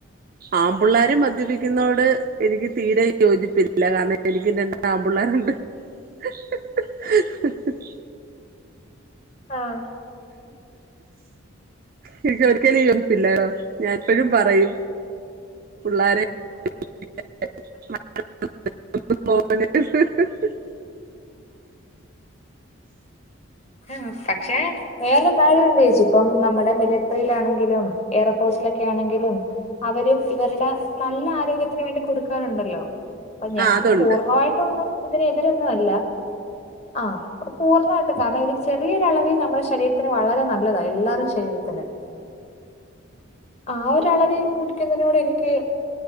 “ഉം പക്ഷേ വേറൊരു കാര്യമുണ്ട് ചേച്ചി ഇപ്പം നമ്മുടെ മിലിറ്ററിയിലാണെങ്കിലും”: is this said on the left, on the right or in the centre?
Left